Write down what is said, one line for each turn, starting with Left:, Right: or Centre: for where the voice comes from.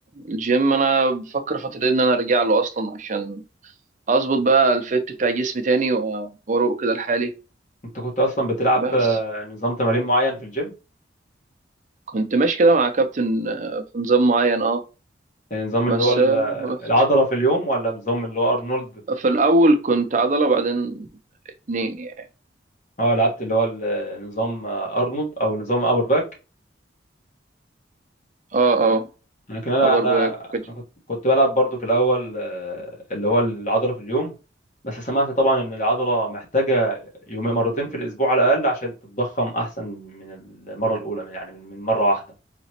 Right: الجيم انا بفكر فترة ان انا ارجع له اصلا عشان اظبط بقى الفت بتاع جسمي تاني و- واروق كده لحالي
Left: انت كنت اصلا بتلعب
Right: بس
Left: آه، نظام تمارين معين في الجيم
Right: كنت ماشي كده مع كابتن آه، في نظام معين اه
Left: يعني نظام
Right: بس
Left: اللي هو ال-
Right: آه، وقفت
Left: العضلة في اليوم ولا نظام اللي هو أرنولد
Right: في الاول كنت عضله بعدين اتنين يعني
Left: اه لعبت اللي هو ال- نظام أرنولد أو نظام أبر باك
Right: اه اه
Left: لكن أنا
Right: ابر
Left: أنا
Right: باك كده
Left: أنا كنت كنت بلعب برضو في الأول آه، اللي هو العضلة في اليوم بس سمعت طبعا إن العضلة محتاجة يومين مرتين في الأسبوع على الأقل عشان تتضخم أحسن من المرة الأولى من يعني من من مرة واحدة